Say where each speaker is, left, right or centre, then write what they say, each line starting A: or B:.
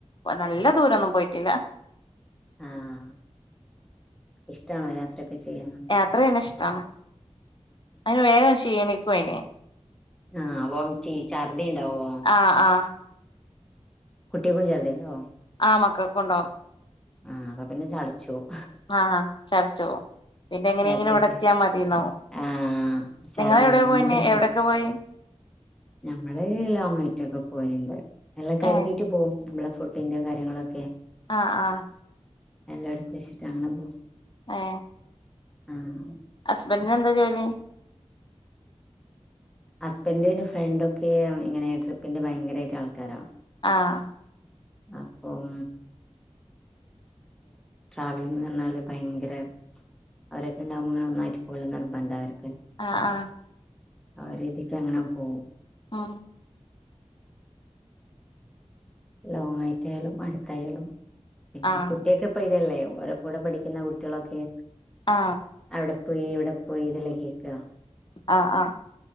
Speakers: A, on the left; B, in the centre.
A: നല്ല ദൂരന്നും പോയിട്ടില്ല
B: ആഹ് ഇഷ്ടാണോ യാത്ര ചെയ്യാന്
A: യാത്രയ്യ്ണ ഇഷ്ടാണ് അയ്ന് വേഗം ക്ഷീണിക്കു അയ്ന്
B: ആ വോംറ്റി ഛർദി ഇണ്ടാവോ
A: ആ ആ
B: കുട്ട്യേക്കും ഛർദി ണ്ടാവോ
A: ആ മക്കക്ക്‌ണ്ടാവും
B: ആ അപ്പൊ പിന്നെ ചട്ചോവും
A: ആ ചട്ച്ചോവും പിന്നെ എങ്ങനെങ്കിലും
B: യാത്രച്ച്
A: ഇവടെ എത്തിയാ മതിന്നാവും
B: ആഹ് ശാരദ
A: നിങ്ങള്
B: ഭയങ്കര
A: എവിടെ പോയിന്യേ എവിടെക്കെ പോയി
B: ഞങ്ങള് ലോങ്ങായിറ്റൊക്കെ പോയിണ്ട് എല്ലാം കരുതിയിട്ട്
A: ഏഹ്
B: പോവും നമ്മളെ ഫുഡിന്റെ കാര്യങ്ങളൊക്കെ
A: ആ ആ
B: എല്ലോട്ത്ത് ഇഷ്ടാണ് <unintelligible>
A: ഏ
B: ആം
A: ഹസ്ബന്റിന് എന്താ ജോലി
B: ഹസ്ബൻഡ്ന് ഫ്രണ്ട് ഒക്കെ ഇങ്ങനെ ട്രിപ്പിന്റെ ഭയങ്കരായിട്ട് ആൾക്കാര
A: ആഹ്
B: അപ്പം ട്രാവലിംഗ് പർഞ്ഞാല് ഭയങ്കര അവരൊക്കെ ഇണ്ടാവുമ്പോ ഒന്നായിട്ട് പോവല് നിർബന്ധ അവര്ക്ക്
A: ആ ആ
B: ആ രീതിക്ക് അങ്ങന പോവും
A: ആ
B: ലോങ് ആയിട്ടായാലും അടുത്തായാലും പിന്നെ
A: ആഹ്
B: കുട്ടിയക്ക് ഇപ്പൊ ഇതല്ലേ ഓരോ കൂടെ പഠിക്കുന്ന കുട്ടികളൊക്കെ
A: ആ
B: അവിടെ പോയി ഇവിടെ പോയി ഇതല്ലേ കേക്ക്ക
A: ആ ആ